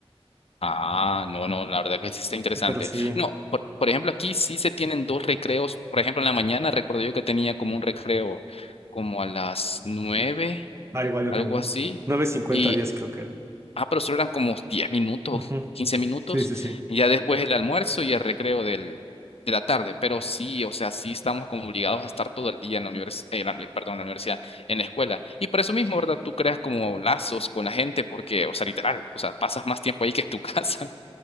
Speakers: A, on the left; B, on the right.
A: Ah, no, no, la verdad que sí está interesante.
B: Pero sí,
A: No, por, por ejemplo, aquí sí se tienen dos recreos. Por ejemplo, en la mañana recuerdo yo que tenía como un recreo como a las nueve,
B: ah, igual yo
A: algo
B: tenía un
A: así.
B: 9.50,
A: Y,
B: 10 creo que era.
A: ah, pero solo eran como diez minutos
B: Ujú.
A: o quince minutos.
B: Sí, sí, sí.
A: Y ya después el almuerzo y el recreo del, de la tarde. Pero sí, o sea, sí estamos como obligados a estar todo el día en la universidad, perdón, en la universidad, en la escuela. Y por eso mismo, ¿verdad? Tú creas como lazos con la gente porque, o sea, literal, o sea, pasas más tiempo ahí que en tu <laughs> casa.